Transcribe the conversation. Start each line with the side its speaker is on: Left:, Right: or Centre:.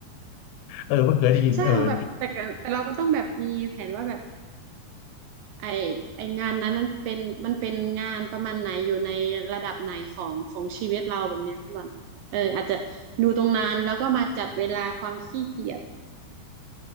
Left: เออเพิ่งเคยได้ยินเออ
Right: ใช่ค่ะแบบแต่ก็แต่เราก็ต้องแบบมีแผนว่าแบบไอไองานนั้นมันเป็นมันเป็นงานประมาณไหนอยู่ในระดับไหนของของชีวิตเราแบบเนี้ยพี่บอลเอออาจจะดูตรงนั้นแล้วก็มาจัดเวลาความขี้เกียจ